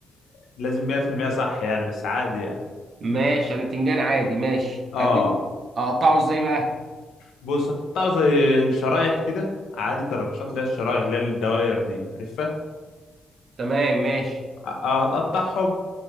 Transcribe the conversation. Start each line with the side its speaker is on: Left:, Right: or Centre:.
Left: لازم 100% صح يعني بس عادي يعني
Right: ماشي انا بتنجان عادي ماشي
Left: اه
Right: اجيبه اقطعه ازاي بقى
Left: بص هتقطع زي شرايح كده عادي ترنشات اللي هي الشرايح اللي هي الدواير دي عارفها
Right: تمام ماشي
Left: اه آه، هتقطعهم